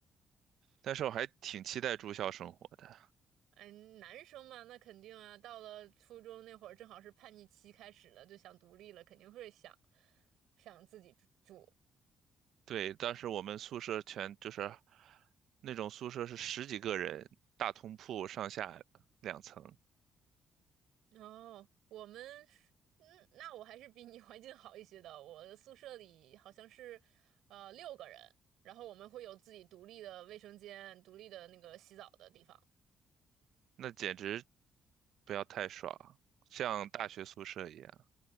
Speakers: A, on the right; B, on the right.
A: 但是我还挺期待住校生活的。
B: 嗯，男生嘛，那肯定啊，到了初中那会儿，正好是叛逆期开始了，就想独立了，肯定会想想自己住。
A: 对，当时我们宿舍全就是那种宿舍是十几个人，大通铺上下两层，
B: 哦，我们是嗯，那我还是比你 <laughs> 环境好一些的。我的宿舍里好像是，呃，六个人，然后我们会有自己独立的卫生间、独立的那个洗澡的地方。
A: 那简直不要太爽，像大学宿舍一样。